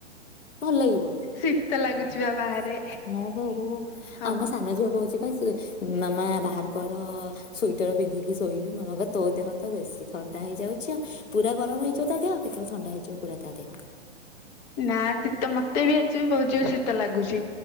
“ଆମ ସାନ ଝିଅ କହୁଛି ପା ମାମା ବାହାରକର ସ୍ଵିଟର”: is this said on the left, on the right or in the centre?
Left